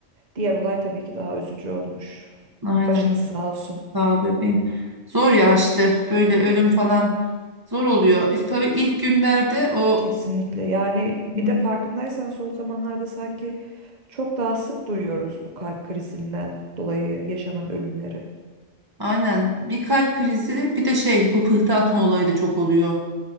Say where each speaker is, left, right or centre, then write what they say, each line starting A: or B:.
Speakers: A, on the right; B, on the right.
A: diğer olay tabii ki daha üzücü olmuş.
B: Aynen.
A: Başınız sağ olsun.
B: Sağ ol bebeğim. Zor ya işte. Böyle ölüm falan zor oluyor. İşte tabii ilk günlerde o
A: Kesinlikle. Yani bir
B: Hı.
A: de farkındaysan son zamanlarda sanki çok daha sık duyuyoruz bu kalp krizinden dolayı yaşanan ölümleri.
B: aynen bir kalp krizi bir de şey bu pıhtı atma olayı da çok oluyor.